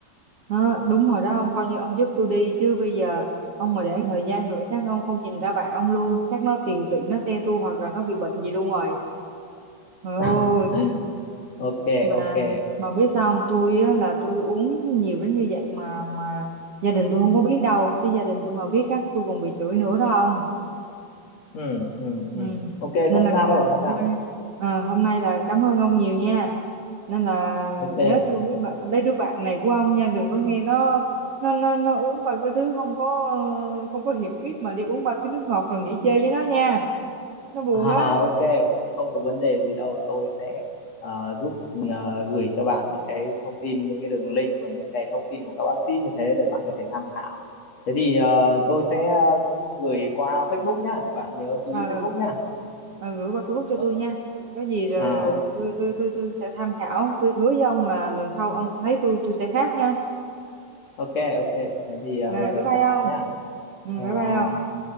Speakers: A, on the right; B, on the left.
A: đó, đúng rồi đó ông coi như ông giúp tôi đi chứ bây giờ ông mà để thời gian nữa chắc ông không nhìn ra bạn ông luôn chắc nó tiều tụy nó te tua hoặc là nó bị bệnh gì luôn rồi trời ơi
B: <laughs> ok
A: mà
B: ok
A: mà biết sao không tôi á, là tôi uống nhiều đến như vậy mà mà gia đình tôi không có biết đâu chứ gia đình tôi mà biết chắc tôi còn bị chửi nữa đó
B: ừ ừ
A: Ừ.
B: ừ ok
A: Nên
B: không
A: là à,
B: sao đâu không
A: hôm
B: sao
A: nay à, hôm nay là cảm ơn ông nhiều nha. Nên là
B: ok
A: nhớ thương mấy bạn lấy đứa bạn này của ông nha, đừng có nghe nó nó nó nó uống ba cái thứ không có ờ, không có hiểu biết mà đi uống ba cái nước ngọt rồi nghỉ chơi với nó nha. Nó buồn
B: à,
A: đó.
B: ok không, không có vấn đề gì đâu tôi sẽ ờ, giúp ờ, gửi cho bạn những cái thông tin những cái đường link và những cái thông tin của các bác sĩ như thế để bạn có thể tham khảo thế thì ờ, tôi sẽ ờ, gửi qua Facebook nhá bạn nhớ chú
A: Ờ
B: ý
A: ờ,
B: Facebook nhá
A: Ờ, gửi qua Facebook cho
B: Ờ,
A: tôi nha. Có gì rồi
B: à,
A: rồi,
B: ok
A: rồi tôi tôi tôi tôi sẽ tham khảo, tôi hứa với ông là lần sau ông thấy tôi tôi sẽ khác nha.
B: ok ok. thế thì ờ,
A: Rồi
B: bây giờ
A: bye bye
B: chào
A: ông.
B: bạn nhá
A: Ừ
B: Bye
A: bye bye
B: bye.
A: ông.